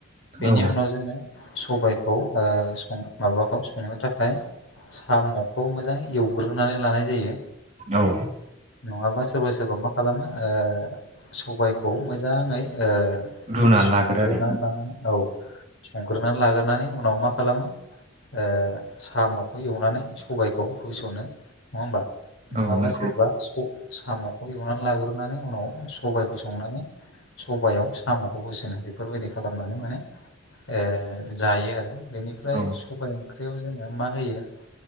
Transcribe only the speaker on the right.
औ
औ
रुनानै
लाग्रो आरो
औ नंगौ
औ